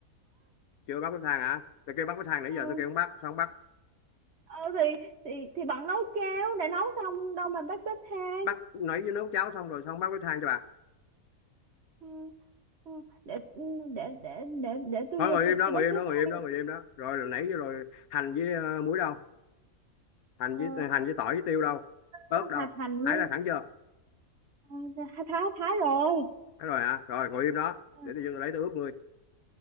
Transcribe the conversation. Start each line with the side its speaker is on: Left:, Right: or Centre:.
Left: chưa bắt bếp than hả tôi kêu bắt bếp than nãy
Right: ừ,
Left: giờ tôi kêu không bắt sao không bắt
Right: ờ, thì thì thì bạn nấu cháo đã nấu xong đâu mà bếp bếp than
Left: bắt nãy với nấu cháo xong rồi sao không bắt bếp than cho bà
Right: ừ, ừ, để ừ, để để để để tôi
Left: thôi
Right: vô
Left: ngồi
Right: tôi
Left: im đó
Right: tôi
Left: ngồi
Right: bếp
Left: im
Right: bếp
Left: đó ngồi
Right: than
Left: im đó ngồi im đó rồi rồi nãy rồi hành với ờ, muối đâu hành
Right: ờ,
Left: với ờ, hành với tỏi với tiêu đâu ớt
Right: ờ,
Left: đâu
Right: hà hành như
Left: hái ra sẵn chưa
Right: ờ, thái thái thái rồi
Left: hái rồi hả rồi ngồi im đó
Right: ừ,
Left: để tôi lấy tôi ướp ngươi